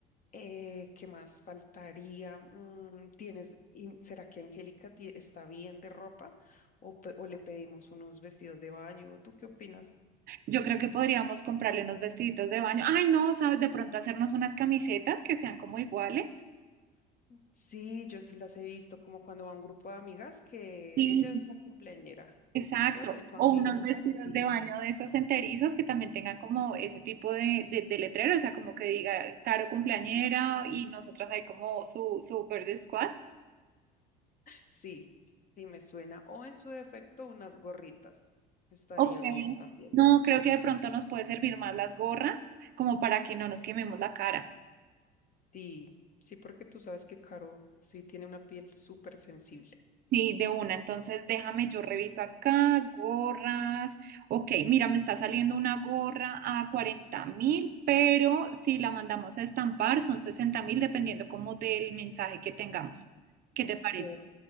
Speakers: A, on the left; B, on the right.
A: Eh, ¿qué más faltaría? Mm, ¿tienes, y será que Angélica ti- está bien de ropa o, pe- o le pedimos unos vestidos de baño? ¿Tú qué opinas?
B: Yo creo que podríamos comprarle unos vestiditos de baño. Ay, no, sabes, de pronto hacernos unas camisetas que sean como iguales.
A: Sí, yo sí las he visto como cuando va un grupo de amigas que
B: Sí,
A: ella es la cumpleañera.
B: exacto.
A: Yo soy su
B: O
A: amiga.
B: unos
A: Ay,
B: vestidos
A: sí,
B: de baño de esos enterizos que también tengan como ese tipo de, de, de letrero, o sea, como que diga Caro cumpleañera y nosotras ahí como su, su verde squad.
A: sí, sí me suena. O en su defecto unas gorritas. Estaría
B: Ok.
A: bien también.
B: No, creo que de pronto nos puede servir más las gorras, como para que no nos quememos la cara.
A: Sí, sí, porque tú sabes que Caro sí tiene una piel súper sensible.
B: Sí, de una. Entonces, déjame, yo reviso acá, gorras. Ok, mira, me está saliendo una gorra a cuarenta mil, pero si la mandamos a estampar son sesenta mil, dependiendo como del mensaje que tengamos. ¿Qué te
A: Ok.
B: parece?